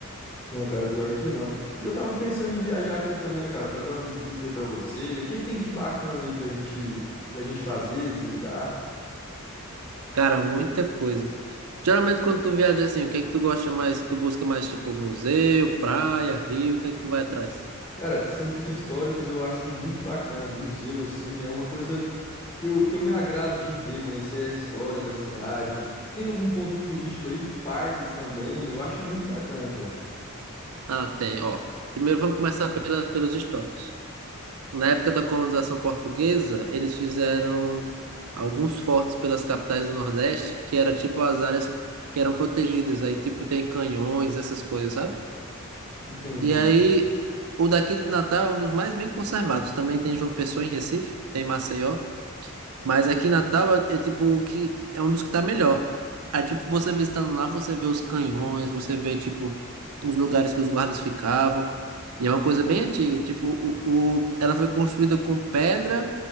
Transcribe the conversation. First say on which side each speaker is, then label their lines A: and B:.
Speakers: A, on the left; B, on the right.
A: Não, cara, o pior é que não. E eu tava pensando em viajar aqui também, cara, fazer uma visita aí pra você. O que que tem de bacana aí pra gente, pra gente fazer, visitar?
B: Cara, muita coisa. Geralmente quando tu viaja assim, o que é que tu gosta mais? Tu busca mais tipo museu, praia, rio, o que é que tu vai atrás?
A: Cara, centros históricos eu acho muito bacana. Museu, assim, é uma coisa que eu, que eu me agrado de ver, conhecer a história da cidade. Tem algum ponto turístico aí, parques também, eu acho muito bacana, cara.
B: Ah, tem, ó. Primeiro vamos começar pela, pelos históricos. Na época da colonização portuguesa, eles fizeram alguns fortes pelas capitais do Nordeste, que era tipo as áreas que eram protegidas. Aí tipo tem canhões, essas coisas, sabe?
A: Entendi.
B: E aí, o daqui de Natal é um dos mais bem conservados. Também tem João Pessoa em Recife, tem Maceió. Mas aqui em Natal é, é tipo que é um dos que tá melhor. Aí, tipo, você visitando lá, você vê os canhões, você vê, tipo, os lugares que os guardas ficavam. E é uma coisa bem antiga. Tipo, o, o, ela foi construída com pedra